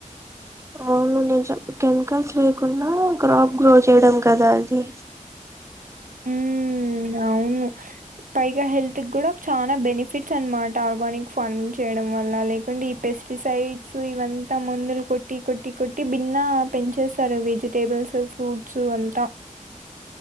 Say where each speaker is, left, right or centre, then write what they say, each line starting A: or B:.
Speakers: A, on the right; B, on the right.
A: అవును నిజం కెమికల్స్ లేకుండా క్రాప్ గ్రో చేయడం కదా అది
B: మ్ అవును పైగా హెల్త్ కి గూడ చాలా బెనిఫిట్స్ అనమాట ఆర్గానిక్ ఫార్మింగ్ చేయడం వల్ల లేకుంటే ఈ పెస్ పెస్టిసైడ్స్ ఇవంతా మందులు కొట్టి కొట్టి కొట్టి భిన్న పెంచేసారు వేజిటేబుల్స్ ఫ్రూట్స్ అంతా